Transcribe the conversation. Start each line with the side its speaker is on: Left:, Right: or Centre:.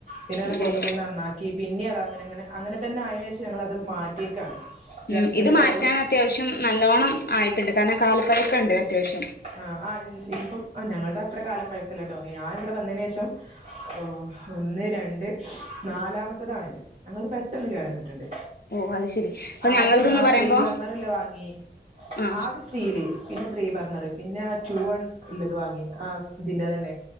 Right: പിന്നെ അത്
Left: അതെ
Right: കൊണ്ടുപോയി നന്നാക്കി, പിന്നെ അതങ്ങനെങ്ങനെ അങ്ങനെ തന്നെ ആയെന് ശേഷം ഞങ്ങൾ അത് മാറ്റിയേക്കാണ്. ഗ്യാസിന്റെ
Left: ഉം ഇത്
Right: സ്റ്റൗവ്
Left: മാറ്റാൻ അത്യാവശ്യം നല്ലോണ്ണം ആയിട്ട്ണ്ട് കാരണം കാലപ്പഴക്കണ്ട്. അത്യാവശ്യം
Right: ആഹ് ആഹ് ഇനിപ്പം അ ഞങ്ങള്ടെ അത്ര കാലപ്പഴക്കില്ലട്ടോ ഏ ആ ഇങ്ങടെ വന്നെ നെഷം, ഓ ഒന്ന് രണ്ട് നാലാമത്തതാണിത്. ഞങ്ങള്ത് പെട്ടെന്ന് കേടന്ന്ട്ട്ണ്ട്
Left: ഓ അത് ശരി അപ്പൊ
Right: ആദ്യം
Left: ഞങ്ങളത്ന്ന്
Right: ആഹ്
Left: പറയുമ്പോ
Right: ത്രീ ബർണറല്ലേ വാങ്ങി
Left: ആ
Right: ആദ്യ സ്റ്റീല് പിന്നെ ത്രീ ബർണർ പിന്നെ ആഹ് ടു ഉള്ളത് വാങ്ങി ആഹ് ഇതിന്റെ തന്നെ.